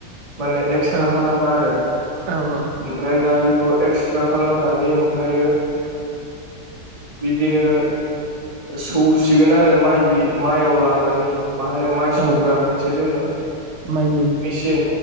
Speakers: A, on the right; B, on the right.
A: माने एक्सट्रा
B: औ
A: खालामा आरो।
B: औ औ
A: ओमफ्राय दा बे एक्सट्रा खालामनानै ओमफ्रायो बिदिनो सौ फुसिगोन आरो माइ माइआव लांनानै मा होनो माइ सौग्रा
B: औ
A: मोनसे दोङो
B: माइ मिल
A: मेचन